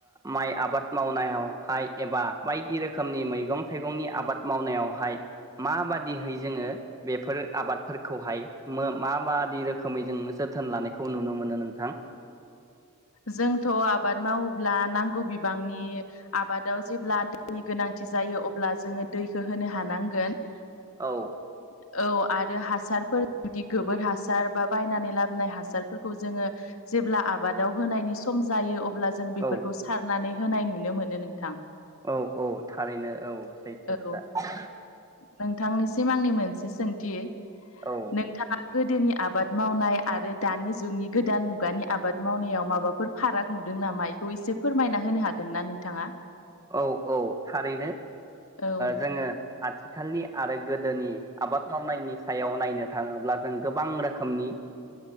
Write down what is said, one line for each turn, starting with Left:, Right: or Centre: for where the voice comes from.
Right: माइ आबाद मावनायावहाय एबा बायदि रोखोमनि मैगं थाइगंनि आबाद मावनायावहाय माबादिहै जोङो बेफोर आबादफोरखौहाय मो मा माबादि रोखोमै जों जोथोन लानायखौ नुनो मोनो नोंथां
Left: जोंथ' आबाद मावोब्ला नांगौ बिबांनि आबादाव जेब्ला दैनि गोनांथि जायो अब्ला जोङो दैखो होनो हानांगोन
Right: औ
Left: <inaudible> औ आरो हासारफोर जुदि गोबोर हासार बा बायनानै लाबोनाय हासारफोरखौ जोङो जेब्ला आबादाव होनायनि सम जायो अब्ला जों बेफोरखौ
Right: औ
Left: सारनानै होनाय नुनो मोनो नोंथां
Right: औ औ थारैनो औ सैथो
Left: औ
Right: खोथा
Left: नोंथांनिसिम आंनि मोनसे सोंथि
Right: औ
Left: नोंथाङा गोदोनि आबाद मावनाय आरो दानि जुगनि गोदान मुगानि आबाद मावनायाव माबाफोर फाराग नुदों नामा बेखौ एसे फोरमायना होनो हागोन ना नोंथाङा
Right: औ औ थारैनो
Left: औ
Right: जोङो आथिखालनि आरो गोदोनि आबाद मावनायनि सायाव नायनो थाङोब्ला जों गोबां रोखोमनि